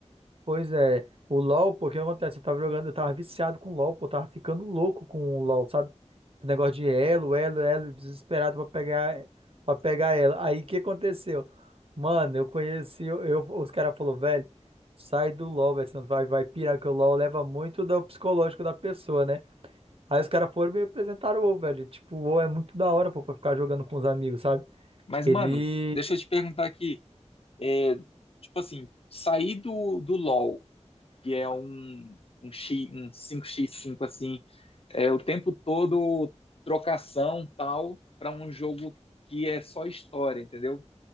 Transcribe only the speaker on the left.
Mas,
mano, deixa eu te perguntar aqui. É, Tipo assim, sair do, do LoL que é um, um, X, um cinco x cinco assim, é o tempo todo trocação tal, para um jogo que é só história, entendeu?